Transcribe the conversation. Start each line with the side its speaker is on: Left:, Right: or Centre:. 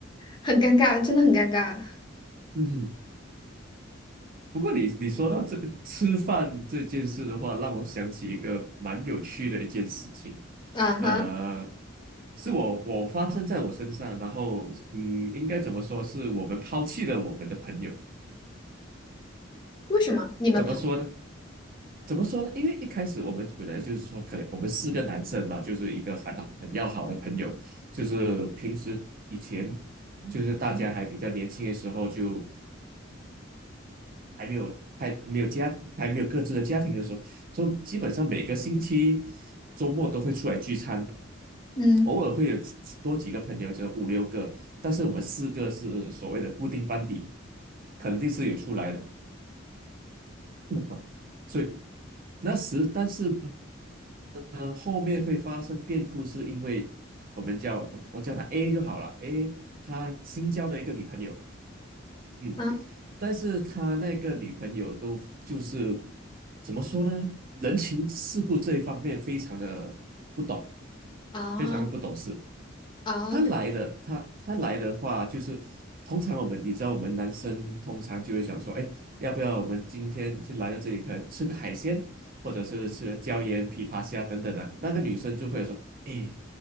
Left: 很尴尬，真的很尴尬
Right: 嗯哼，不过你你说到这吃饭这件事的话，让我想起一个蛮有趣的一件事情，
Left: 啊哈！
Right: 呃，是我我发生在我身上，然后嗯，应该怎么说是我们抛弃了我们的朋友，
Left: 为什么你们泡？
Right: 怎么说呢？怎么说呢？因为一开始我们本来就是说，可能我们四个男生嘛，就是一个很很要好的朋友，就是平时以前就是大家还比较年轻的时候就。还没有还没有家还没有各自的家庭的时候，就基本上每个星期周末都会出来聚餐，
Left: 嗯
Right: 偶尔会有多几个朋友，就五六个，但是我们四个是所谓的固定班底，肯定是有出来的，嗯所以那时但是呢，后面会发生变故，是因为我们叫我叫他 A 就好了，A 他新交了一个女朋友。嗯，
Left: 啊
Right: 但是他那个女朋友都就是怎么说呢？人情世故这一方面非常的不懂，
Left: 啊
Right: 非常的不懂事。
Left: 啊
Right: 他来了，他他来的话，就是通常我们你知道，我们男生通常就会想说，哎，要不要我们今天是来到这里，可能吃个海鲜，或者是吃个椒盐琵琶虾等等的。那个女生就会说，哎，